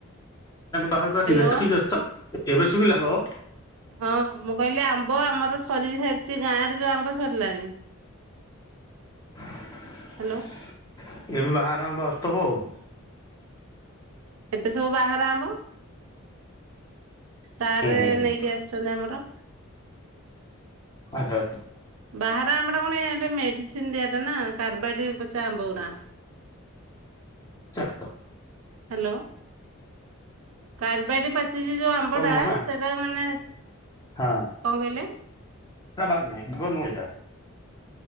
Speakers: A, on the left; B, on the right.
A: ବାହାରକୁ
B: ହ୍ୟାଲୋ।
A: ଆସିଲି ଠିକ୍ ଅଛି ତ ଏବେ ଶୁବିଲା ହାଲୋ।
B: ହଁ ମୁଁ କହିଲି ଆ ଆମ୍ବ ଆମର ସରି ସାରିଛି ଗାଁ ରେ ଯୋଉ ଆମ୍ବ ସରିଲାଣି।
A: ଏବେ
B: ହ୍ୟାଲୋ।
A: ବାହାର ଆମ୍ବ ଆସୁଥିବ ଆଉ।
B: ଏବେ ସବୁ ବାହାର ଆମ୍ବ। ସାର୍
A: ହୁଁ ହୁଁ
B: ନେଇକି ଆସିଛନ୍ତି ଆମର।
A: ଆଚ୍ଛା
B: ବାହାରେ ଆମ୍ବ ଟା ପୁଣି <unintelligible> ମେଡ଼ିସିନ୍ ଦିଆଟା ନା କ୍ରାଭାଇଟି ପଚା ଆମ୍ବ ଉରା।
A: ଚାଟ।
B: ହ୍ୟାଲୋ। କାରବାଇଟି ପାଚିଛି ଯୋଉ ଆମ୍ବ
A: ଭଲ
B: ଟା
A: ନୁହଁ ନା
B: ସେଟା ମାନେ କଣ
A: ହଁ
B: କହିଲେ
A: ନା ବାଗ ନୁ ଏଟା।